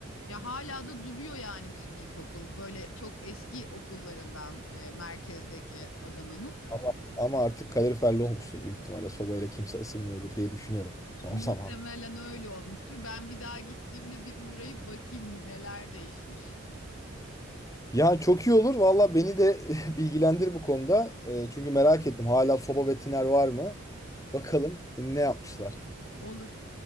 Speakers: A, on the left; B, on the left.
A: Ya hala da duruyor yani bizim ilkokul. Böyle çok eski okullarından e, merkezdeki Adana'nın.
B: Ama, ama artık kaloriferli olmuştur büyük ihtimalle. Sobayla kimse ısınmıyordur diye düşünüyorum son
A: Muhtemelen
B: <laughs> zaman.
A: öyle olmuştur. Ben bir daha gittiğimde bir uğrayıp bakayım neler değişmiş.
B: Ya çok iyi olur. Valla beni de <laughs> bilgilendir bu konuda. Ee, çünkü merak ettim. Hala soba ve tiner var mı? Bakalım ne yapmışlar.
A: Olur.